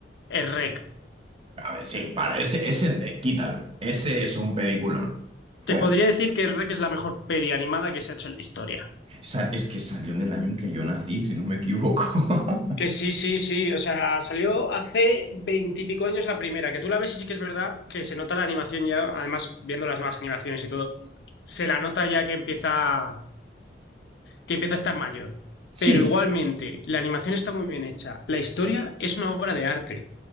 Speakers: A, on the left; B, on the right.
A: Es Rec.
B: A ver, sí, para, ese, ese, eh, quítalo. Ese es un peliculón. Fuera.
A: Te podría decir que Rec es la mejor peli animada que se ha hecho en la historia.
B: Sa- Es que salió en el año en que yo nací, si no me equivoco. <laughs>
A: Que sí, sí, sí. O sea, salió hace veintipico años la primera. Que tú la ves y sí que es verdad que se nota la animación ya. Además, viendo las nuevas animaciones y todo, se la nota ya que empieza, que empieza a estar mayor.
B: Sí,
A: Pero igualmente, la animación está muy bien hecha. La historia es una obra de arte.